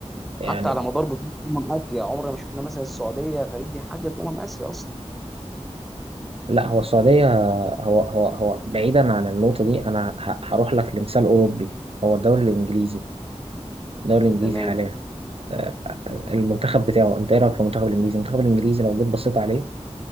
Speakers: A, on the right; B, in the centre.
A: يعني
B: حتى على مدار بطوله امم اسيا عمرنا ما شفنا مثلا السعوديه فريق بيحقق امم اسيا اصلا
A: لا هو السعوديه هو هو هو بعيدا عن النقطه دي انا ه- هروح لك لمثال اوروبي هو الدوري الانجليزي الدوري الانجليزي
B: تمام
A: حاليا آه، المنتخب بتاعه انت ايه رايك في المنتخب الانجليزي المنتخب الانجليزي لو جيت بصيت عليه